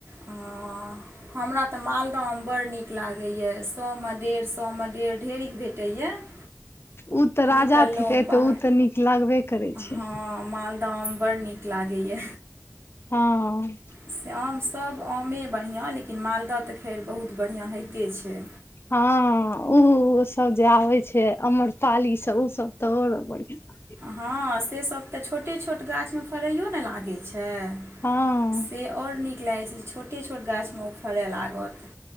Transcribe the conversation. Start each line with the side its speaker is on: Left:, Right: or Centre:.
Right: हँ। हमरा तऽ मालदह आम बड़ नीक लागैए सौमे डेढ़ सौमे डेढ़ ढेरिक भेटैए। <inaudible>
Left: उ तऽ राजा
Right: निकललहुँ
Left: थिकै
Right: बाहर
Left: तऽ उ तऽ नीक लागबे करै छै।
Right: हँ मालदह आम बड़ नीक लागैए।
Left: हँ।
Right: से आमसभ आमे बढ़ियाँ लेकिन मालदह तऽ खैर बहुत बढ़ियाँ होइते छै।
Left: हँ उ ओ सब जे आबे छै अम्रपाली सब ओसभ। तऽ आओर बढ़ियाँ।
Right: हँ से सभ तऽ छोटे छोट गाछमे फड़ैयो न लागै छै।
Left: हँ
Right: से आओर नीक लागै छै छोटे छोट गाछ मे ओ फड़य लागत